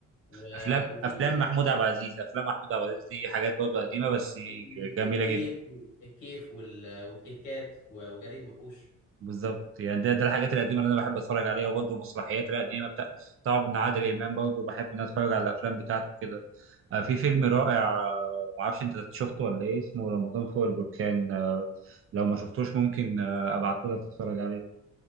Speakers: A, on the left; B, on the right.
A: و...
B: أفلام
A: وفي
B: أفلام محمود عبد العزيز أفلام محمود عبد العزيز دي حاجات برضه قديمة بس
A: ال-
B: جميلة
A: الكيف
B: جدا
A: الكيف وال- والكيكات و- وجري الوحوش
B: بالظبط يعني ده ده الحاجات القديمه اللي انا بحب اتفرج عليها وبرضه المسرحيات القديمه بتاع طبعا من عادل امام برضه بحب ان أنا اتفرج على الافلام بتاعته كده آه، في فيلم رائع آه، معرفش انت شفته ولا ايه اسمه رمضان فوق البركان آه، لو ما شفتوش ممكن آه، ابعته لك تتفرج عليه